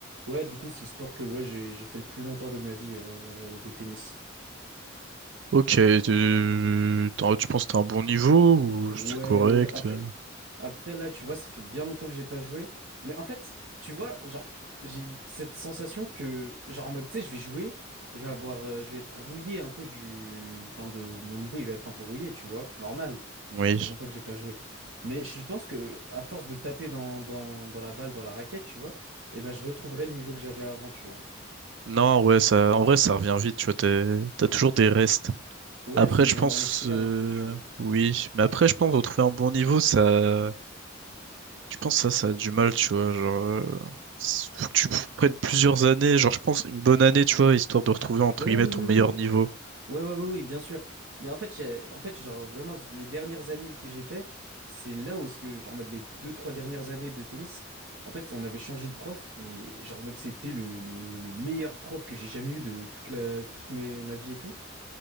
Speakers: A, on the right; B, on the right.
A: Ouais, du coup, c'est le sport que ouais, j'ai j'ai fait le plus longtemps de ma vie, euh, le tennis.
B: Ok, euh, t'en- tu penses que t'as un bon niveau ou
A: Ouais,
B: c'est correct?
A: ouais. Après,
B: euh
A: Après, là, tu vois, ça fait bien longtemps que j'ai pas joué. Mais en fait, tu vois, genre, j'ai cette sensation que, genre, en mode, tu sais, je vais jouer, je vais avoir, euh, je vais être rouillé un peu du. Enfin, de mon niveau, il va être un peu rouillé, tu vois, normal.
B: Oui.
A: Ça fait longtemps que j'ai pas joué. Mais je pense que, à force de taper dans, dans, dans la balle, dans la raquette, tu vois, eh ben, je retrouverai le niveau que j'avais avant, tu vois.
B: Non, ouais, ça, en vrai, ça revient vite, tu vois, t'es- t'as toujours des restes.
A: Ouais,
B: Après,
A: c'est une
B: je
A: mémoire
B: pense,
A: musculaire
B: euh,
A: un peu, tu vois.
B: oui, mais après, je pense retrouver un bon niveau, ça, je pense ça, ça a du mal, tu vois, genre, euh, c'est- faut que tu prennes plusieurs années, genre, je pense une bonne année, tu vois, histoire de retrouver entre
A: Ouais,
B: guillemets
A: oui,
B: ton
A: oui,
B: meilleur
A: oui,
B: niveau.
A: Ouais, ouais, ouais, oui, bien sûr. Mais en fait, j'ai- en fait, genre vraiment, les dernières années que j'ai fait, c'est là où est-ce que, genre, en mode les deux, trois dernières années de tennis, en fait, on avait changé de prof et, genre, en mode, c'était le, le, le meilleur prof que j'ai jamais eu de toute la, toute mes, ma vie et tout.